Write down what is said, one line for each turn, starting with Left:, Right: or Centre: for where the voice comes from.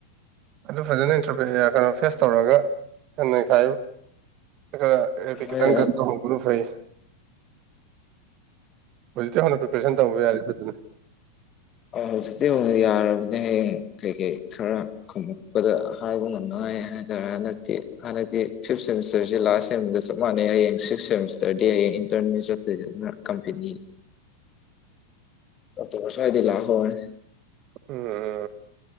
Right: ꯑꯗꯨ ꯐꯖꯅ ꯏꯟꯇꯔꯕꯤꯅꯤꯌꯥ ꯀꯩꯅꯣ ꯐꯦꯁ ꯇꯧꯔꯒ ꯀꯟꯅꯩꯈꯥꯏ꯫ <unintelligible>
Left: ꯍꯣꯏ
Right: ꯈꯤꯇꯪ ꯀꯥꯟꯗ ꯇꯧꯍꯧꯕꯅ ꯐꯩ꯫ ꯍꯧꯖꯤꯛꯇꯩ ꯍꯧꯅ ꯄ꯭ꯔꯤꯄꯦꯔꯦꯁꯟ ꯇꯧꯕ ꯌꯥꯔꯦ ꯐꯖꯅ꯫
Left: ꯑ ꯍꯧꯖꯤꯛꯇꯩ ꯍꯧꯅ ꯌꯥꯔꯕꯅꯦ ꯍꯌꯦꯡ ꯀꯩ ꯀꯩ ꯈꯔ꯫ ꯈꯨꯝꯄꯗ ꯍꯥꯏꯕ ꯉꯝꯅꯉꯥꯏ ꯍꯥꯏꯇꯥꯔꯦ ꯍꯟꯗꯛꯇꯤ ꯍꯟꯗꯛꯇꯤ ꯐꯤꯐ ꯁꯦꯃꯤꯁꯇꯔꯁꯤ ꯂꯥꯔꯁ ꯁꯦꯝꯒ ꯆꯥꯞ ꯃꯥꯥꯟꯅꯦ ꯍꯌꯦꯡ ꯁꯤꯛꯁ ꯁꯦꯃꯤꯁꯇꯔꯗꯤ ꯍꯌꯦꯡ ꯏꯟꯇꯔꯅꯦ ꯆꯠꯇꯣꯏꯁꯦ ꯑꯗꯨꯅ ꯀꯝꯄꯦꯅꯤ꯫ ꯑꯣꯛꯇꯣꯕꯔ ꯁꯋꯥꯏꯗꯒꯤ ꯂꯥꯛ ꯍꯧꯔꯅꯤ꯫
Right: ꯎꯝ꯫